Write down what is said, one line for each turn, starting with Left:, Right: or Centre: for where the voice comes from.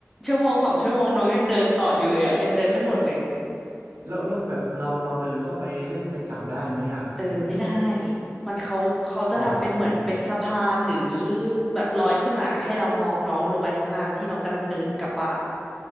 Centre: ชั่วโมงสองชั่วโมงน้องยังเดินต่ออยู่เลยอ่ะยังเดินไม่หมดเลย
Right: แล้วแล้วแบบเราเราเดินเข้าไปเล่นไปจับได้ไหมอ่ะ
Centre: เออไม่ได้มันเขาเขาจะทำเป็นเหมือนเป็นสะพานหรือ
Right: อ๋อ
Centre: แบบลอยขึ้นมาให้เรามองน้องลงไปข้างล่างที่น้องกำลังเดินกลับบ้าน